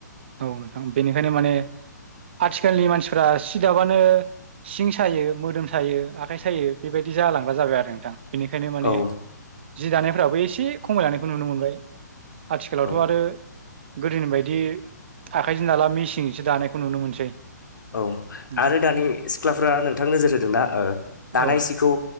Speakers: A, on the right (about 35°); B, on the left (about 80°).
A: औ नोंथां बेनिखायनो माने आथिखालनि मानसिफोरा सि दाबानो सिं सायो मोदोम सायो आ आखाय सायो बेबायदि जालांग्रा जाबाय आरो नोंथां बेनिखायनो माने
B: औ
A: जि दानायफोराबो एसे से खमायलांनायखौ नुनो मोनबाय। आथिखालावथ'
B: औ
A: आरो गोदोनि बायदि आखाइजों दाला मेसिंजोंसो दानायखौ नुनो मोनसै।
B: औ
A: नोंथां
B: आरो दानि सिख्लाफ्रा नोंथां नोजोर होदोंना ओ दानाय
A: औ
B: सिखौ